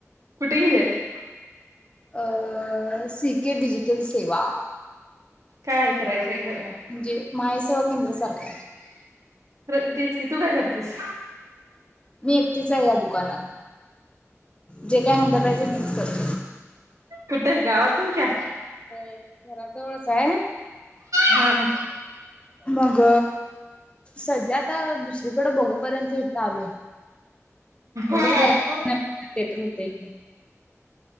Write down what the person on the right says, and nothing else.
कुठ गल्यास.
काय करायचंय. खरं
र तीच कि तू काय करतेस.
कुठ गावात तुमच्या.
हा. हा
हॅलो